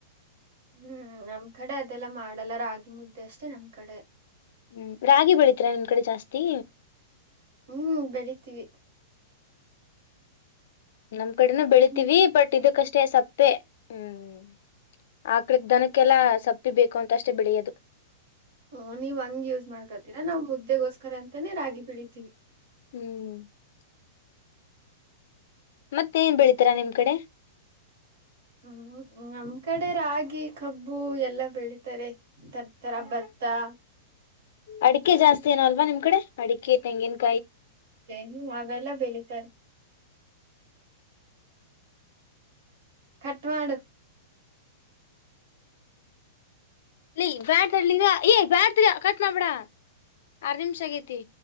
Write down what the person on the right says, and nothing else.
ಹ್ಮ್ ನಮ್ ಕಡೆ ಅದೆಲ್ಲ ಮಾಡಲ್ಲಾರಾಗಿ ಮುದ್ದೆ ಅಷ್ಟೇ ನಮ್ ಕಡೆ
ಹ್ಮ್ ಬೆಳಿತೀವಿ
ಹ್ಮ್
ಹ್ಮ ನೀವ್ ಹಂಗ್ ಯೂಸ್ ಮಾಡ್ಕತೀರ ನಾವ್ ಮುದ್ದೆಗೋಸ್ಕರ ಅಂತನೇ ರಾಗಿ ಬೆೀಳಿತೀವಿ
ಹ್ಮ್ ನಮ್ ಕಡೆ ರಾಗಿ ಕಬ್ಬು ಎಲ್ಲ ಬೆಳಿತಾರೆ ತರ್ತಾರೆ ಹಬ್ಬ ತ್ತಾ
ನು ಅವೆಲ್ಲ ಬೆಳಿತಾರೆ ಕಟ್ವಾಂಡು